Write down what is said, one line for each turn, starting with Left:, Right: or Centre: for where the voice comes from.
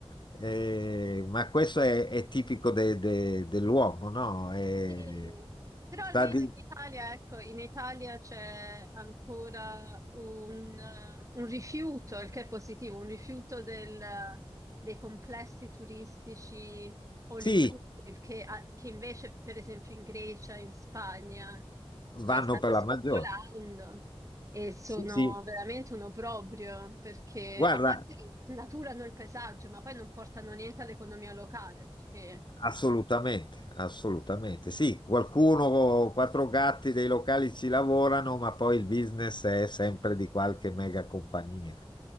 Left: Eh, ma questo è, è tipico de- de- dell'uomo, no? Eh,
Right: Sì, però
Left: sta
Right: almeno
Left: di-
Right: in Italia, ecco, in Italia c'è ancora un, eh, un rifiuto, il che è positivo, un rifiuto del- dei complessi turistici all
Left: Sì,
Right: inclusive, che, a- che invece, per esempio, in Grecia, in Spagna, eh,
Left: vanno
Right: stanno
Left: per
Right: spopolando
Left: la maggiore.
Right: e sono
Left: Sì, sì.
Right: veramente un obbrobrio, perché
Left: Guarda,
Right: a parte naturano il paesaggio, ma poi non portano niente all'economia locale, perché...
Left: Assolutamente, assolutamente. Sì, qualcuno, quattro gatti dei locali ci lavorano, ma poi il business è sempre di qualche mega compagnia.